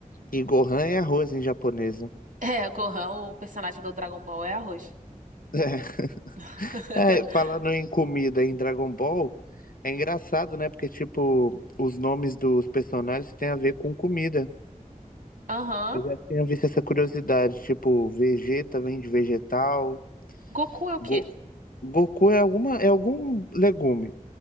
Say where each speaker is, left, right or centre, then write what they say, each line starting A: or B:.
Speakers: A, on the left (about 80°); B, on the right (about 70°).
A: E Gohan é arroz em japonês, né?
B: É, o Gohan, o personagem do Dragon Ball é arroz.
A: <laughs>
B: <laughs>
A: É, falando em comida em Dragon Ball, é engraçado, né? Porque, tipo, os nomes dos personagens têm a ver com comida.
B: Aham.
A: Eu já tinha visto essa curiosidade, tipo, Vegeta vem de vegetal,
B: Goku é o quê?
A: Go- Goku é alguma é algum legume,